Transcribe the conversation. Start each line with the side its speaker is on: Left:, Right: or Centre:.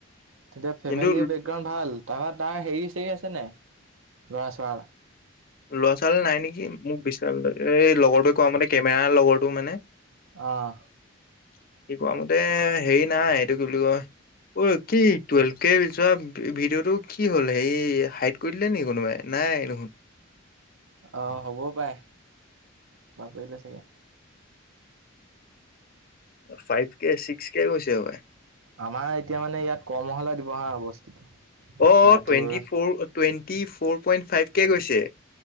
Right: তেতিয়া ফেমিলি
Left: কিন্তু
Right: বেকগ্ৰাউড ভাল তাৰপৰা তাৰ হেৰি ঠিক আছে নাই ল'ৰা ছোৱ
Left: ল'ৰা ছোৱালী নাই নেকি মোক বিশ এই লগৰটোৱে কোৱা মতে কেমেৰা লগৰটো মানে কি
Right: অঁ
Left: কোৱা মতে হেৰি নাই এইটো কি বুলি কয় অ কি টুৱেলভ কে যোৱা ভিডিঅ'টো কি হ'ল হে হাইট কৰি দিলে নেকি কোনোবাই নাই নাই নখোন
Right: আহ হ'বও পাই বাকলে চাগে
Left: ফাইভ কে ছিক্স কে কৈছেব
Right: আমাৰ এতিয়া মানে ইয়াত কল মহালা দিবহা বস্তুটো
Left: অ
Right: এ তোৰ
Left: টুৱেণ্টি ফৰ টুৱেটি পই ফভ কে গৈ